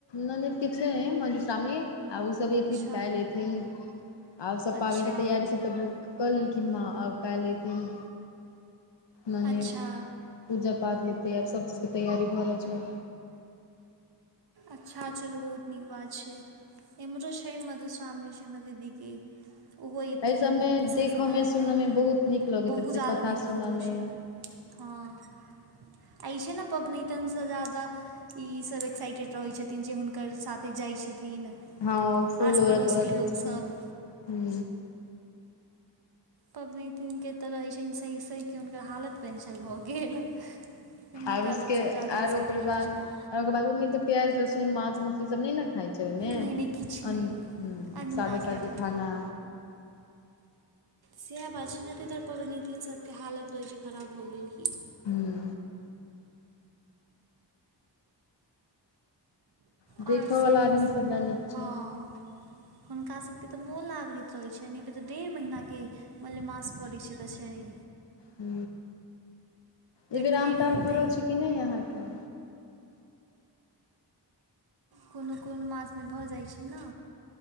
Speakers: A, on the left; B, on the right.
A: ननद के छै मधुश्रावणी आउ सब अथिन
B: अच्छा
A: काल्हि अएथिन। और सब पाबनिके
B: अच्छा
A: तैयारीसब तऽ कऽ लेलखिन माँ आब काल्हि एथिन। ननैद
B: अच्छा
A: पूजा पाठ हेतै आब सभ चीजके तैयारी भऽ रहल छई।
B: अच्छा चलू बहुत नीक बात छै इमहरो स मधुश्रामण से छै हमर दीदी के। ओहो एथिन
A: एहि सभमे
B: विषयसँ
A: देखयमे
B: बनलैए
A: सुनयमे बहुत नीक लगैत
B: बहुत
A: रहै छै
B: ज्यादा
A: कथा
B: नीक लगैत
A: सुनयमे
B: रहय छै। हँ इ छै ना पबनैतन सँ जादा ईसब एक्साइटेड रहैत छथिन जे हुनकर साथे जाय छथिन।
A: हँ फुल
B: आस
A: लोरहऽ
B: पड़ोसके
A: तोरहऽ जाई
B: लोकसभ
A: छथीन।
B: पबनैतीन के त रहय छैन सैह सैह कि हुनकर हालत पेन्शर भऽ गेल इम्हरका
A: आर उसके
B: लोक सब ज्यादे एक्साइटेड
A: आर ओकर
B: रहै
A: बाद
B: छथिन।
A: ओकर बाद ओ मे त प्याज लहसुन मांस मछली सब नहि ने खाई छै ने
B: नहि नहि किछु
A: अन
B: नहि
A: मे
B: अनोना
A: सादा
B: खाय
A: सादी खाना।
B: सैह बात छै ने तय दुवारे पबनैतिन सबके हालत रहैय छै खराब भऽ गेल की।
A: हूँ। देखऽ
B: और सब
A: वाला
B: किसब?
A: आदमी सब लए नीक छै
B: हँ। हुनका सभके तऽ मोन लागैत रहैय छनि एहि बेर तऽ डेढ़ महीनाक के। मलेमास परई छै तऽ छई।
A: हु अइ बेर
B: फेर
A: आम ताम
B: हेतै
A: फड़ल छै कि नहि अहाँके।
B: कोनो कोनो मास मे भऽ जाइ छै ने